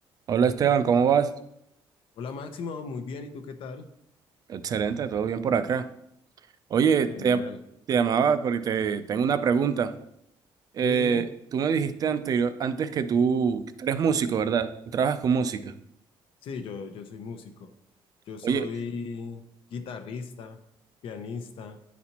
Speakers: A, on the right (about 40°); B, on the left (about 65°).
A: Hola Esteban, ¿cómo vas?
B: Hola Máximo, muy bien, ¿y tú qué tal?
A: Excelente, todo bien por acá. Oye,
B: Genial.
A: te, te llamaba porque te tengo una pregunta. Eh,
B: Sí, dime.
A: tú me dijiste anterior, antes que tú, que tú eres músico, ¿verdad? Tú trabajas con música.
B: Sí, yo, yo soy músico. Yo soy
A: Oye,
B: guitarrista, pianista,